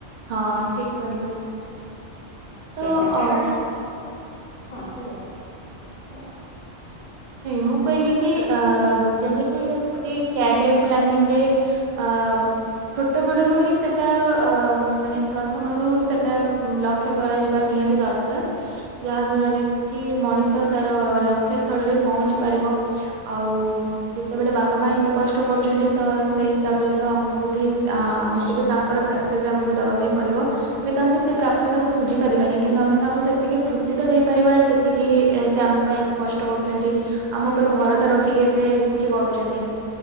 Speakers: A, on the right (about 50°); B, on the left (about 55°).
A: ହଁ ଠିକ କହିଲ। ତ
B: କଥା
A: ଅ
B: କାରଣ ହଁ କୁହ କୁହ
A: ମୁଁ କହିଲି କି ଅ ଯେମିତି ଗୋଟେ କ୍ୟାରିଅର ପ୍ଲାନିଂ ରେ ଆଂ ଛୋଟବେଳରୁ ହିଁ ସେଟା ମାନେ ପ୍ରଥମରୁ ସେଟା ଲକ୍ ଲକ୍ଷ କରାଯିବ ନିହାତି ଦରକାର ଯାହା ଦ୍ୱାରା କି ମଣିଷ ତାର ଲ ଖ୍ୟ ସ୍ଥଳରେ ପହଞ୍ଚି ପାରିବ ଆଉ ଯେତେବେଳେ ବାପା ମା ଏତେ କଷ୍ଟ କରୁଛନ୍ତି ତ ସେଇ ହିସାବରେ ତ ଆମକୁ ବି ଆମକୁ ବି ତାଙ୍କର ପ୍ରାପ୍ ବି ଆମକୁ ଦବା ପାଇଁ ପଡିବ ହୁଏ ତ ଆମେ ସେ ପ୍ରାପ୍ୟ ତାଙ୍କୁ ସୁଝି ପାରିବାନି କିନ୍ତୁ ଆମେ ତାଙ୍କୁ ସେତିକି ଖୁସି ତ ଦେଇପାରିବା ଯେତିକି ସେ ଆମ ପାଇଁ ଏତେ କଷ୍ଟ କରୁଛନ୍ତି ଆମ ଉପରେ ଭରସା ରଖିକି ଏତେ କିଛି କରୁଛନ୍ତି।